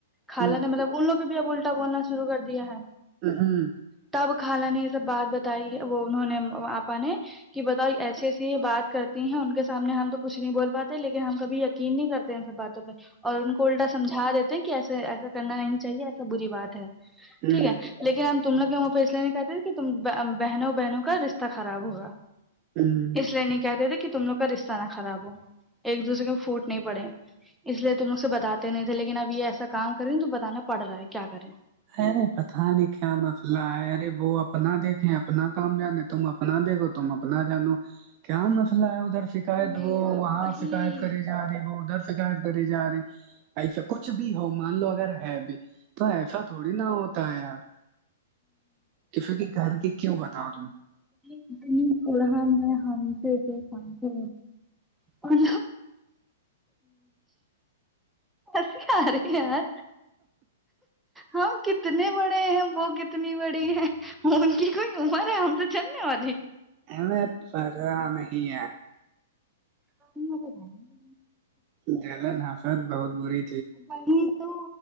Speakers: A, in the centre; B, on the right (about 35°).
A: کالہ
B: ہوں
A: نے مطلب ان لوگ کو بھی اب الٹا بولنا شروع کر دیا ہے
B: ہ ھمم
A: تب خانہ نے یہ سب بات بتائی ہے وہ انہوں نے آپا نے کہ بتاؤ ایسی ایسی یہ بات کر ہیں ان کے سامنے ہم تو کچھ نہیں بول پاتے لیکن ہم کبھی یقین نہیں کرتے ان سب باتوں پہ اور ان کو الٹا سمجھا دیتے ہیں کہ ایسے ایسا کرنا نہیں چاہیے ایسا بری بات ہے
B: ارے
A: ٹھیک ہے لیکن ہم تم لوگ وہاں پہ اس لیے نہیں کہتے تھے کہ ت بہنوں بہنوں کا رشتہ خراب ہوگا
B: ہم
A: اس لیے نہیں کہتے تھے کہ تم لوگ کا رشتہ نہ خراب ہو ایک دوسے کو پھوٹ نہیں پڑے اس لیے ت مجھ سے بتاتے نہیں تھے لیکن اب یہ ایسا کام کریں تو بتانا پڑ رہا ہے کیا کریں
B: ارے پتہ نہیں کیا مسلہ ہے ارے وہ اپنا دیکھیں اپنا کام جانے تم اپنا دے گو تم اپنا جانو کیا مسئلہ ہے ادھر فک شکایت
A: میرا
B: وہ وہاں
A: وہی
B: شکایت کری جا رہی ہے وہ ادھر سے فکار کری جا رہی ایسا کچھ بھی ہو مان لو اگر ہے بھی تو ایسا تھوڑی نہ ہوتا ہے یار کفر کے گھر کی کیوں بتاؤ تم
A: ج فورحان ہے حان سے کہ اور ایس آ رہے یار ہم کتنے بڑے ہیں وہ کتنی بڑی ہے ان کی کوئی عمر ہے ہم تو جاننے والی
B: ایں پہ نہیں
A: ہ
B: دلین ہاصت بہت بڑی
A: بلی <unintelligible> تو